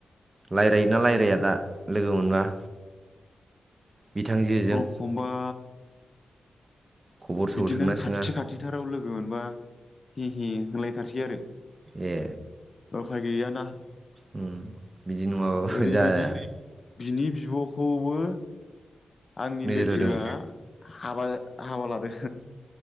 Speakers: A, on the right (about 35°); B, on the left (about 45°).
A: लायराय ना रायराया दा लोगो मोनबा? बिथांजोजों
B: अखमबा
A: खबर सबर
B: बिदिनो
A: सोंना सोङा
B: खाथि खाथिथाराव लोगो मोनबा हि हि होनलायथारसै आरो
A: ए
B: उफाय गैयाना।
A: उम बिदि नङाबाबो
B: ओरैबायदि
A: जाया
B: बिनि बिबखौबो आंनि
A: नोजोर
B: लोगोआ
A: होदोंमोन
B: हाबा हाबा लादों।